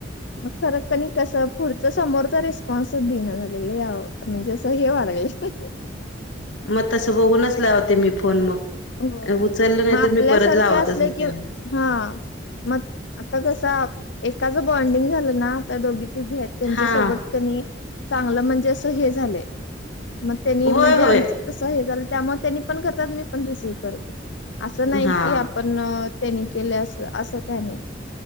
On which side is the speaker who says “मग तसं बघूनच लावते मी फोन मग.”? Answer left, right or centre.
Left